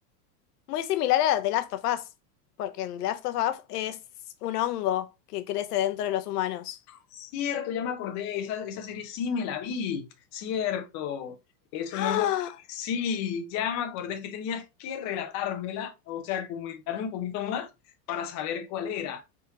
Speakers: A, on the left; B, on the left.
A: Muy similar a la de Last of Us, porque en The Last of Us es un hongo que crece dentro de los humanos.
B: Cierto, ya me acordé, esa, esa serie sí me la vi, cierto. Es un
A: ¡Ah!
B: hongo que sí, ya me acordé, es que tenías que relatármela, o sea, comentarme un poquito más para saber cuál era.